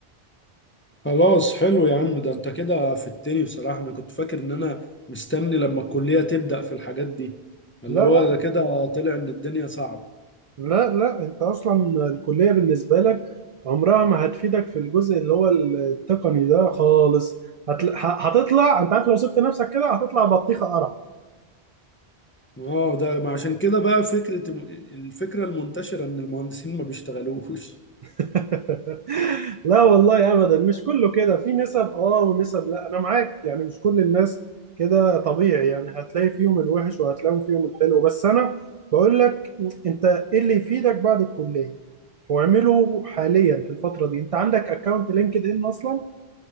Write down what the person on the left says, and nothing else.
خلاص حلو يا عم ده أنت كده في التاني بصراحة أنا كنت فاكر إن أنا مستني لما الكلية تبدأ في الحاجات دي اللي
هو ده كده طلع إن الدنيا صعبة
اه ده ما عشان كده بقى فكرة الفكرة المنتشرة ان المهندسين ما بيشتغلوش